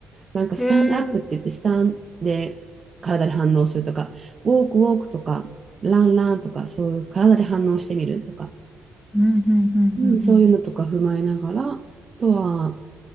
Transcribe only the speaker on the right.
なんか、スタンドアップって言って、
スタンで体で反応するとか、ウォークウォークとか、ランランとか、そういう体で反応してみるとか、
うん、そういうのとか踏まえながら、
あとは、